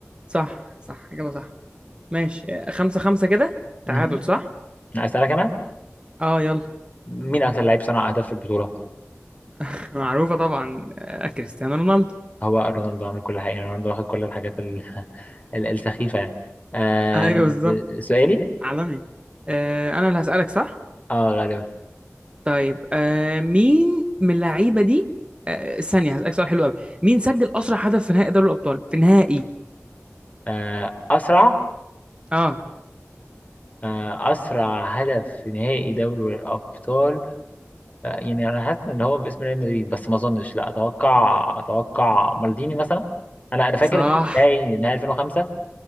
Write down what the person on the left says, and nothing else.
مهم.
اسالك انا
مين اكثر لعيب صنع اهداف في البطوله
هو رونالدو عامل كل حاجة يعني رونالدو واخد كل الحاجات ال... <laughs> ال- السخيفة يعني آه
سؤالي
اه غالبا
آه أسرع
آه أسرع هدف في نهائي دوري الأبطال آه يعني أنا حاسس إن هو باسم ريال مدريد بس ما أظنش لا أتوقع أتوقع مالديني مثلا أنا أنا فاكر
إن هو نهائي نهائي 2005